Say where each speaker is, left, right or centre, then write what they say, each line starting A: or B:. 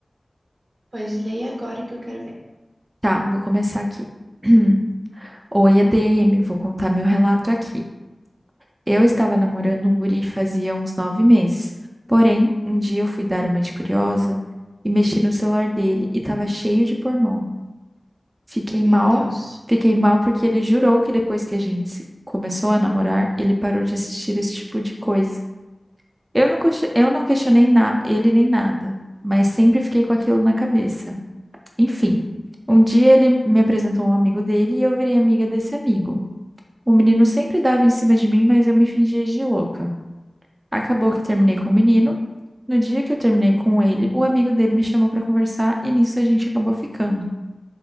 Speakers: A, on the right; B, on the right.
A: Pois leia agora que eu quero ver.
B: Tá, vou começar aqui. <clears throat> Oi, EDM, vou contar meu relato aqui. Eu estava namorando um guri fazia uns nove meses. Porém, um dia eu fui dar uma de curiosa e mexi no celular dele e tava cheio de pornô. Fiquei
A: Meu
B: mal,
A: Deus.
B: fiquei mal porque ele jurou que depois que a gente se- começou a namorar, ele parou de assistir esse tipo de coisa. Eu não, ques- eu não questionei na, ele nem nada, mas sempre fiquei com aquilo na cabeça. Enfim, um dia ele me apresentou um amigo dele e eu virei amiga desse amigo. O menino sempre dava em cima de mim, mas eu me fingia de louca. Acabou que terminei com o menino. No dia que eu terminei com ele, o amigo dele me chamou pra conversar e nisso a gente acabou ficando.